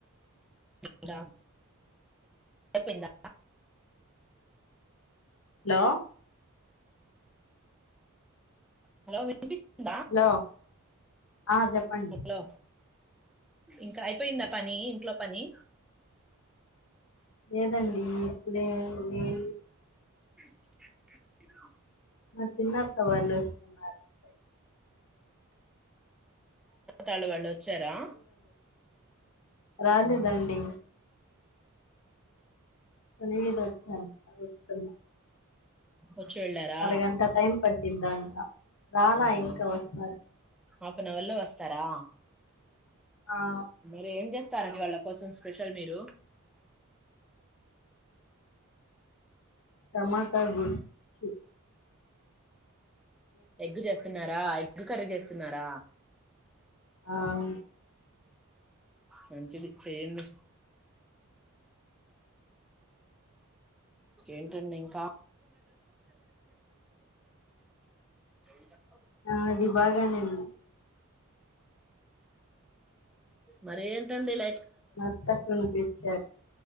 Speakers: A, in the centre; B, on the left.
A: లే దా ఐపోయిందా
B: లో
A: హలొ విన్ పిస్తుందా
B: హలో ఆ చెప్పండి
A: అలొ ఇంక అయిపోయింద పనీ ఇంట్లొ పని
B: లేదండీ ఇప్పుడే నేన్
A: <inaudible>
B: మ చిన్నత్త వాళ్ళు వస్తున్నారండి
A: వాళ్ళు వాళ్ళు వచ్చారా
B: <inaudible> రాలేదండి
A: ఉమ్,
B: లేదు వచ్చారంట వస్తున్నా
A: ఒచ్చి వెళ్ళారా
B: అరగంట టైం పట్టిద్దంట రాలా
A: ఊహు
B: ఇంకా వస్తారు
A: ఆఫ్ ఎన్ అవర్ లో వస్తారా
B: ఆ
A: మీరేంచేస్ తరండి వాళ్ళ కోసం స్పెషల్ మీరూ
B: టమాట గుజ్జు
A: ఎగ్గ్ జేస్తన్నారా ఎగ్గు కర్రీ చేత్తున్నారా
B: ఆమ్
A: మంచిది చెయ్యండి ఏంటండి ఇంకా <inaudible>
B: ఆ, అది బాగానే ఉంది
A: మరేంటండి ఇల
B: మాత్త కొన్ తెచ్చారు